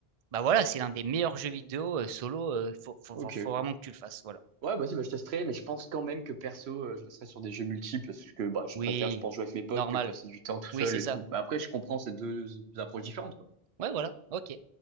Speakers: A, on the right; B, on the right.
A: bah voilà, c'est l'un des meilleurs jeux vidéo euh, solo. euh, faut, faut
B: Ok.
A: faut vraiment que tu le fasses. Voilà.
B: Ouais, vas-y, bah, je testerai, mais je pense quand même que perso, euh, je resterai sur des jeux multi parce que bah, je
A: Oui,
B: préfère, je pense, jouer avec mes potes
A: normal.
B: que passer du temps tout
A: Oui,
B: seul
A: c'est
B: et
A: ça.
B: tout. Bah, après, je comprends ces deux approches différentes, quoi.
A: Ouais, voilà. Ok.